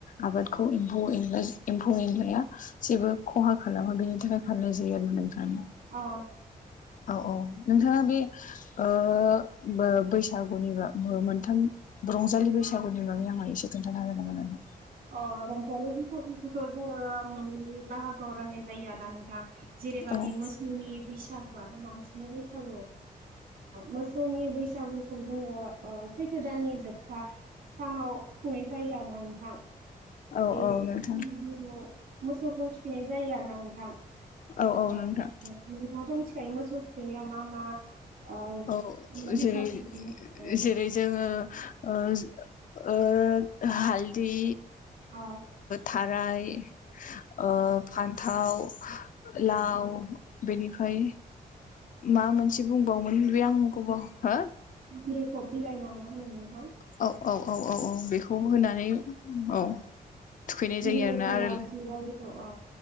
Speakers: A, on the left; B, on the right.
A: आबादखौ एम्फौ एनला एम्फौ एनलाया जेबो खहा खालामा बेनि थाखाय फालिनाय जायो आरो ना नोंथां
B: अ
A: औ औ नोंथाङा बे ओ बै बैसागुनि बा मोनथाम रंजालि बैसागुनि बागै आङो एसे खोन्थाना होनांगोन आरो
B: अ रंजालि बैसागुखौथ' जोङो मोननै बाहागोआव रानाय जायो आरो ना नोंथां जेरैबायदि
A: औ
B: मोसौनि बैसागु बैसागु आरो मानसिनि बैसागु मोसौनि बैसागुखौ जोङो ओ सैथो दाननि जोबथा सानाव खुंनाय जायो ना नोंथां
A: औ
B: बे
A: औ
B: जोंनि
A: नोंथां
B: जिउवाव मोसौखौ थुखैनाय जायो आरो नोंथां
A: औ औ
B: ओ
A: नोंथां
B: नोंथाङाथ' मिथिखा मिथिखायो मोसौ थुखैनायाव मा मा ओ
A: औ
B: बेसाद
A: जेरै
B: नांगौ। ओ
A: जेरै जोङो ओ ओ हाल्दि
B: आ
A: थाराय ओ फान्थाव लाउ बेनिफ्राय मा मोनसे बुंबावोमोन बे आं गोबाव हो
B: <unintelligible> खब बिलाइ ना मा होनो
A: औ औ औ औ औ बेखौ होनानै औ थुखैनाय
B: दिगलथि
A: जायो आरोना आरो
B: लावथि बायदिखौ औ